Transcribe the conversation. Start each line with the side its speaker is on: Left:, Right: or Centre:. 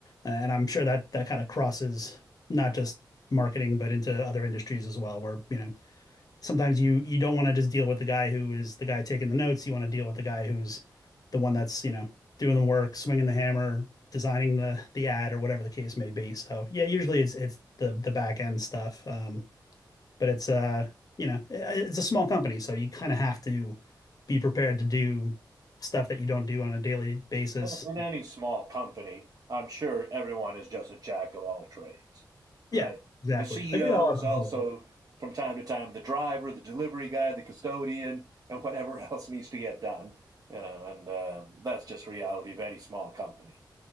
Left: and i'm sure that that kind of crosses not just marketing but into other industries as well where you know sometimes you you don't want to just deal with the guy who is the guy taking the notes. You want to deal with the guy who's the one that's you know doing the work, swinging the hammer, designing the the ad or whatever the case may be. So yeah, usually it's it's the the back end stuff. Um, but it's uh you know it's a small company, so you kind of have to be prepared to do stuff that you don't do on a daily basis.
Right: In, in any small company, I'm sure everyone is just a jack of all trades, right?
Left: Yeah, exactly.
Right: The CEO
Left: Like we all
Right: is
Left: have.
Right: also from time to time the driver, the delivery guy, the custodian, and whatever <laughs> else needs to get done. You know, and uh, that's just reality of any small company.